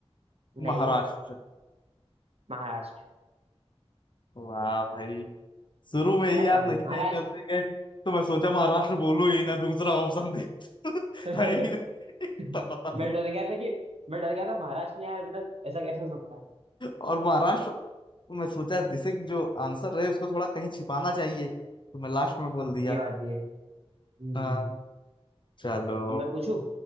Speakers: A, on the right; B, on the left.
A: नहीं
B: महाराष्ट्र
A: महाराष्ट्र
B: वाह भाई शुरू में ही
A: अरे
B: यार
A: भाई
B: नहीं
A: महाराष्ट्र
B: नहीं करते गए तो मैं सोचा महाराष्ट्र बोलूं ही ना दूसरा ऑप्शन दे <laughs>
A: <laughs>
B: है ही नहीं तब बता
A: मैं डर गया था कि मैं डर गया था महाराष्ट्र में यार अभी तक ऐसा कैसे हो सकता है
B: और महाराष्ट्र तो मैं सोचा जैसे कि जो आंसर रहे उसको थोड़ा कहीं छिपाना चाहिए तो मैं लास्ट में बोल दिया
A: ये बात ये है। हम्म
B: हाँ चलो
A: अब मैं पूछूं